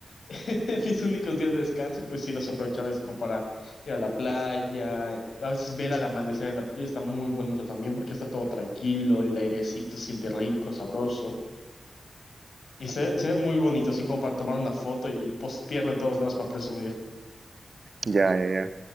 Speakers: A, on the left (about 75°); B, on the right (about 55°).
A: <laughs> mis únicos días de descanso, pues sí los aprovechaba es como para ir a la playa, a veces ver al amanecer en la playa está muy bonito también porque está todo tranquilo, el airecito se siente rico, sabroso. Y se, se ve muy bonito, así como para tomar una foto y postearla en todos lados para presumir.
B: Ya, ya, ya.